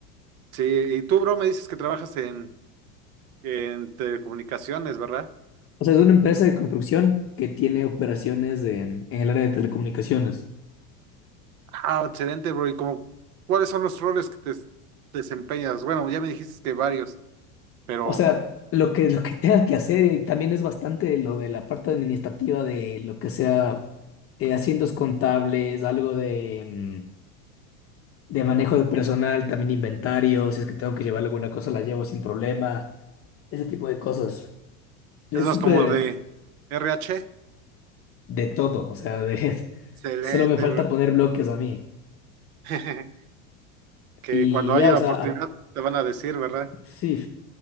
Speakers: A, on the right; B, on the left.
A: Sí, y tú, bro, me dices que trabajas en, en telecomunicaciones, ¿verdad?
B: O sea, es una empresa de construcción que tiene operaciones en, en el área de telecomunicaciones.
A: Ah, excelente, bro. ¿Y como cuáles son los roles que te desempeñas? Bueno, ya me dijiste que varios, pero
B: O sea, lo que, lo que tenga que hacer eh, también es bastante lo de la parte administrativa de lo que sea eh, asientos contables, algo de, mm, de manejo de personal, también inventario, si es que tengo que llevar alguna cosa la llevo sin problema, ese tipo de cosas. Es
A: es más
B: súper
A: como de RH.
B: de todo, o sea, de, <laughs>
A: Excelente,
B: solo me falta
A: bro.
B: poner bloques a mí.
A: <laughs> Que
B: Y,
A: cuando
B: y
A: haya
B: ya, o
A: la
B: sea,
A: oportunidad
B: a-
A: te van a decir, ¿verdad?
B: sí,